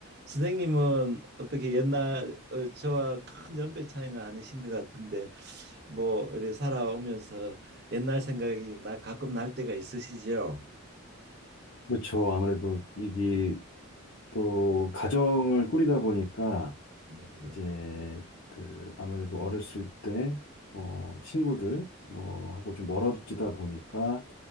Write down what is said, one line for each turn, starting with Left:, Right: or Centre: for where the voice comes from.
Right: 선생님은 어떻게 옛날 어, 저와 큰 연배 차이는 아니신 것 같은데 뭐 이래 살아오면서 옛날 생각이 나 가끔 날 때가 있으시죠?
Left: 그렇죠. 아무래도 이게 또 가정을 꾸리다 보니까
Right: 네.
Left: 이제 그 아무래도 어렸을 때 뭐 친구들 뭐 하고 좀 멀어지다 보니까